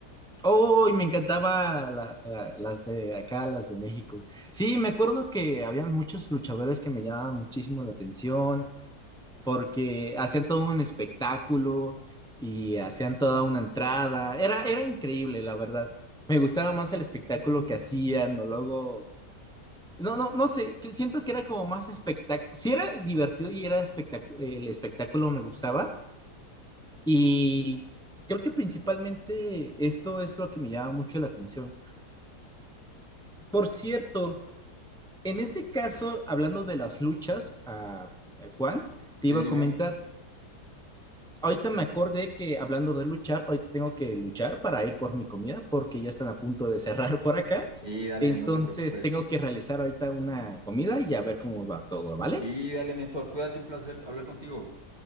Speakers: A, in the centre; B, on the right.
A: ¡Oh! y me encantaba la- la- las de acá, las de México. Sí, me acuerdo que habían muchos luchadores que me llamaban muchísimo la atención porque hacían todo un espectáculo y hacían toda una entrada. Era, era increíble, la verdad. Me gustaba más el espectáculo que hacían o luego... No, no, no sé, que siento que era como más espectáculo. Sí era divertido y era espectáculo, el espectáculo me gustaba Y creo que principalmente esto es lo que me llama mucho la atención. Por cierto, en este caso, hablando de las luchas, ah, eh, Juan, te
B: Sí,
A: iba
B: dime.
A: a comentar. Ahorita me acordé que hablando de luchar, ahorita tengo que luchar para ir por mi comida porque ya están a punto de cerrar <laughs> por acá.
B: Sí, dale,
A: Entonces
B: no te preocupes.
A: tengo que realizar ahorita una comida y a ver cómo va todo, ¿vale?
B: Sí, dale, Néstor, cuídate, un placer hablar contigo.